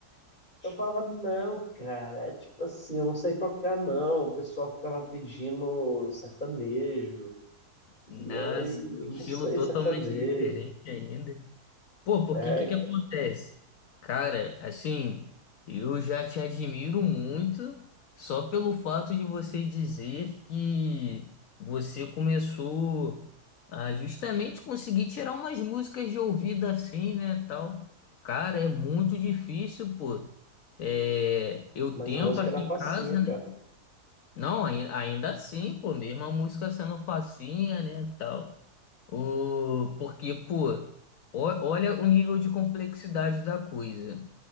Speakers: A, on the left; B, on the left.
A: eu falava, não, cara, é tipo assim, eu não sei tocar, não. O pessoal ficava pedindo sertanejo,
B: Nossa,
A: e eu, "Ei, eu
B: estilo
A: não sei
B: totalmente
A: sertanejo.
B: diferente ainda. Pô, porque
A: É,
B: que que acontece? Cara, assim, eu já te admiro muito só pelo fato de você dizer que você começou a justamente conseguir tirar umas músicas de ouvido assim, né, tal. Cara, é muito difícil, pô. É, eu
A: Mas
B: tento
A: a música
B: aqui
A: era facinha,
B: em casa,
A: cara.
B: né? Não, ai- ainda assim, pô, mesmo a música sendo facinha, né, tal. O, porque, pô, ó- olha o nível de complexidade da coisa.